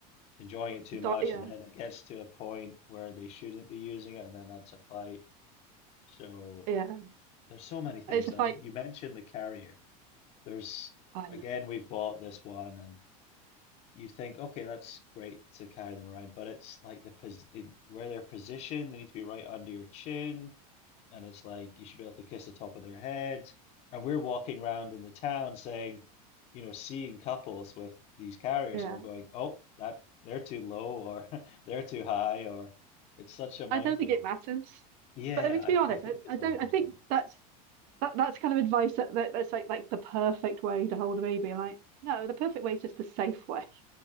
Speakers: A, on the left; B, on the right.
A: enjoying it too
B: Do-
A: much,
B: yeah,
A: and then it gets to a point where they shouldn't be using it, and then that's a fight. So
B: yeah.
A: there's so many things.
B: It's a
A: I
B: fight.
A: mean, you mentioned the carrier. There's
B: I
A: again,
B: l-
A: we've bought this one, and you think, okay, that's great to carry them around, but it's like the pos the, where they're positioned. They need to be right under your chin and it's like you should be able to kiss the top of their head. And we're walking around in the town saying, you know, seeing couples with these carriers,
B: yeah.
A: and we're going, oh, that they're too low or <laughs> they're too high, or it's such a minefield.
B: I don't think it matters.
A: Yeah,
B: But I mean to
A: I
B: be honest,
A: I think
B: I,
A: it's
B: I
A: one
B: don't
A: of those
B: I think
A: things.
B: that's that that's kind of advice that, that that's like like the perfect way to hold a baby. Like, no, the perfect way is just the safe way.